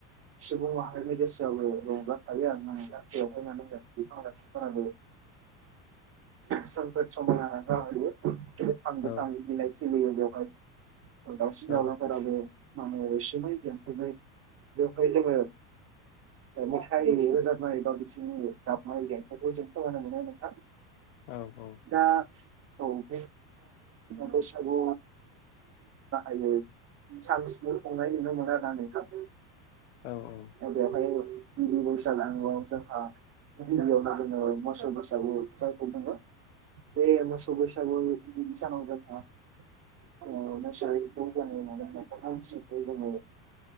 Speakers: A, on the right; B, on the left.
A: सुबुं माहारिनि गोसोआवबो रंजाफायो आरोना नोंथां बेवहाय <unintelligible> बिफां लाइफां फोराबो
B: <inaudible>
A: सोमखोर समायना जाहैयो गोथां
B: औ
A: गोथां बिलाइ खिलियो बेवहाय दावउसिन
B: औ
A: दाउला फोराबो माने रैसुमै <unintelligible> बेवहाय जोङो ओ मेथाइ रोजाबनाय बा बिसिनि गाबनाय देंखोखौ जों खोनानो मोनो नोंथां।
B: औ औ।
A: दा औ <unintelligible> बैसागु <unintelligible> सानसेनो खुंनाय नुनो मोनो आरोना नोंथां।
B: औ औ।
A: बेवहाय <unintelligible> जोंहा बेयावनो जोङो मोसौ बैसागु जायखौ बुङो। बे मोसौ बैसागु <unintelligible> सानाव जोंहा - <unintelligible>